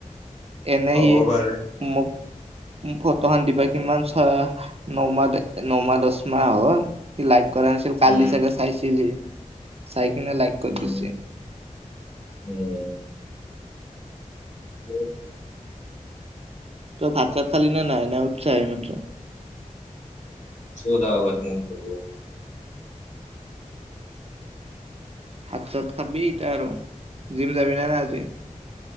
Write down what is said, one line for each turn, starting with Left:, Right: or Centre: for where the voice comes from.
Right: এনে
Left: হ'ব
Right: সি
Left: পাৰে
Right: মোক। ফটো খন দিবা কিমান চা, নমাহ নমাহ-দচমাহ হল। সি লাইক কৰা নাছিল, কালি
Left: উম
Right: চাগে চাইছিল সি। চাই কিনে লাইক কৰি
Left: উম
Right: দিছে।
Left: উম। ঠিকে আছে।
Right: তই ভাত-চাত খালি না নাই। নে উঠাসা হে এইমাত্ৰ?
Left: চদবাদ <unintelligible>
Right: ভাত, চাত খাবি এতিয়া আৰু। জিম যাবি ন নাই আজি?